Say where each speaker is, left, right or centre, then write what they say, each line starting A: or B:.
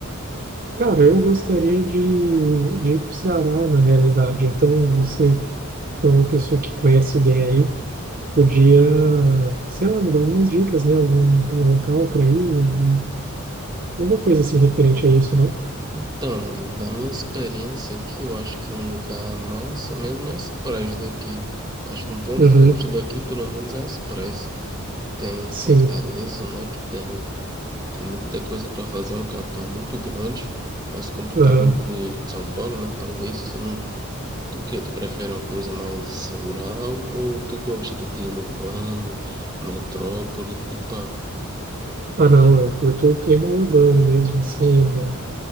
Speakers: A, on the right; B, on the right.
A: Cara, eu gostaria de, de ir para o Ceará, na realidade. Então você, que é uma pessoa que conhece bem aí, podia, sei lá, me dar algumas dicas, né? Algum, algum local para ir, algum- alguma coisa assim referente a isso, não?
B: Então, mano, na minha experiência aqui, eu acho que um lugar massa mesmo é as praias daqui. Acho que um ponto
A: Uhum,
B: forte daqui, pelo menos, é as praias. Tem
A: sim.
B: Fortaleza, né? Que tem, tem muita coisa para fazer, é uma capital muito grande. Mas como tu
A: Uhum.
B: tava vindo de São Paulo, né? Talvez tu não Tu que tu prefere uma coisa mais rural ou tu gosta do clima urbano, metrópole e pá?
A: Ah, não, eu curto o clima urbano mesmo, assim, não-